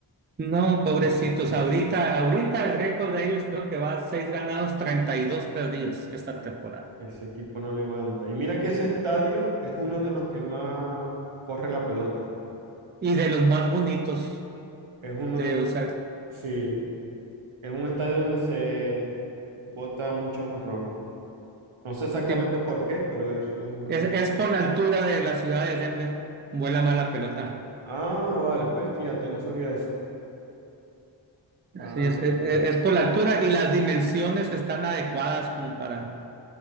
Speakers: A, on the right; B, on the right.
A: No, pobrecitos,
B: ese equipo no,
A: ahorita, ahorita el récord de ellos creo que va a 6 ganados, 32 perdidos esta temporada.
B: ese equipo no levanta. Y mira que ese estadio es uno de los que más corre la pelota,
A: Y de los más bonitos
B: es uno
A: de
B: de los,
A: usar.
B: sí, es un estadio donde se bota muchos honrones. No sé exactamente
A: Sí,
B: por qué, pero eso es una...
A: es, es por la altura de la ciudad de Denver. Vuela más la pelota.
B: Ah, vale, pues fíjate, no sabía eso. Vale,
A: Así es, es, es por la altura y las dimensiones están adecuadas como para